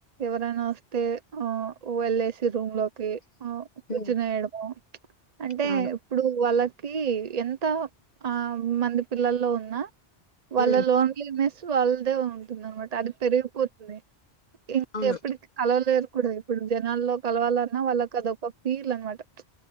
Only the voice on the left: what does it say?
ఉమ్,
అవును
ఉమ్
అవును